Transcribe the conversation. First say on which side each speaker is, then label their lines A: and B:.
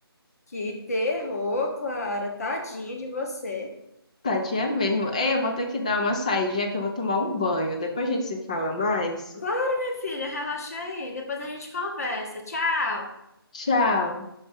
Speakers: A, on the left; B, on the left.
A: Que terror, Clara. Tadinha de você.
B: Tadinha mesmo. Ei, eu vou ter que dar uma saidinha que eu vou tomar um banho. Depois a gente se fala mais.
A: Claro, minha filha, relaxa aí. Depois a gente conversa. Tchau.
B: Tchau.